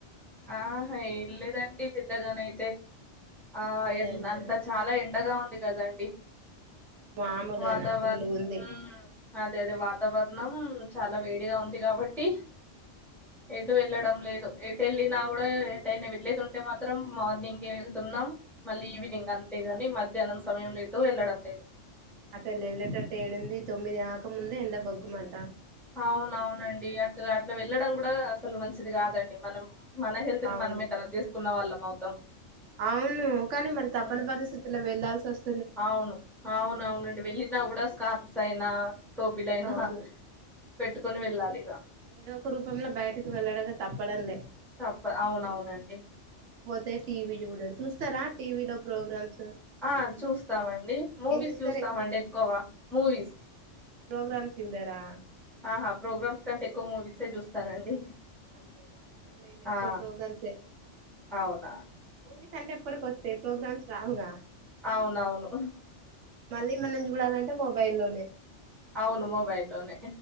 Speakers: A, in the centre; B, on the right.
A: ఆహా ఏ లేదండి పెద్దగానైతే ఆ
B: అంతే
A: ఎ
B: అంటారా
A: అంత చాలా ఎండగా ఉంది గదండి
B: మామూలుగానా
A: వాతావరణ
B: ఫుల్లు ఉంది
A: ఉమ్ అదే అదే వాతావరణం చాలా వేడిగా ఉంది గాబట్టి ఎటూ వెళ్ళడం లేదు ఎటు వెళ్ళినా గూడా ఎటైనా వెళ్లేేది ఉంటే మాత్రం మార్నింగే వెళ్తున్నాం మళ్ళీ ఈవినింగ్ అంతే గాని మధ్యాహ్నం సమయంలో ఎటూ వెళ్ళడం లేదు
B: అసలు యెళ్ళేటట్టు ఏడుంది తొమ్మిది గాకముందే ఎండ బగ్గుమం
A: అవునవునండి అటు అట్లా వెళ్ళడం గూడా అసలు మంచిది గాదండి మనం మన హెల్త్ ని
B: అవును
A: మనమే కరాబ్ జేసుకున్న వాళ్ళం అవుతాం
B: అవును కానీ మరి తపని
A: హ్మ్.
B: పరిస్థితులో వెళ్లాల్సి వస్
A: అవును అవును అవునండి వెళ్ళినా గూడా స్కార్ప్స్ అయినా టోపీలయినా
B: అవును
A: పెట్టుకొని వెళ్ళాలి ఇక
B: ఏదో ఒక రూపంలో బయటకి వెళ్ళడగా తప్పడం లే
A: తప్ప అవునవునండి
B: తే టీవీ జూడడు చూస్తారా టీవీ లో ప్రోగ్రామ్స్
A: ఆ చూస్తామండి మూవీస్
B: ఏం చూస్తారు
A: చూస్తామండి ఎక్కువ మూవీస్
B: ప్రోగ్రామ్స్ చూడరా
A: ఆ ప్రోగ్రామ్స్ కంటే ఎక్కువ మూవీసే చూస్తానండి
B: అంతేనా మేము ఎక్కువ
A: ఆ
B: ప్రోగ్రామ్స్ సే
A: అవునా
B: మూవీ అంటే ఎప్పటికి వస్తయ్ ప్రోగ్రామ్స్ రావుగా
A: అవునవును
B: మళ్ళీ మనం జూడాలంటే మొబైల్ ల్లోనే
A: అవును మొబైల్ ల్లోనే